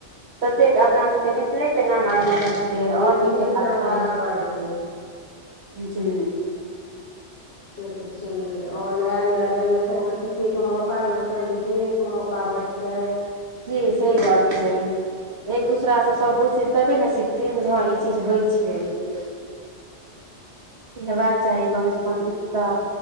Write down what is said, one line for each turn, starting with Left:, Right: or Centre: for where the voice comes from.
Right: ततेक अपना सबके मिथिले के नाम आय बढ़ते
Left: मिथिलेके
Right: आओर नीकेबात
Left: नाम
Right: छै
Left: आगाँ बढ़तै
Right: जी
Left: से तऽ छैेहे आओर नया नया जनरेशन के सीखय के मौका भेटतेन बिजनेस के मौ का भैटतेैन
Right: जी सही बात छै एक दूसरा से सब बुझथिन तबे ने सिखथिन जे हँ चीज होइ छै
Left: ठीक
Right: हेबाक चाही
Left: छै
Right: कमसँ कम इ तऽ